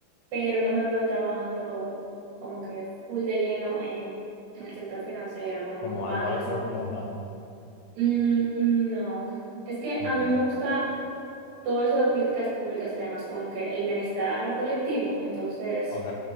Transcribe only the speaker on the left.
Como
advisor, digamos, no.
Ujú.
Ok,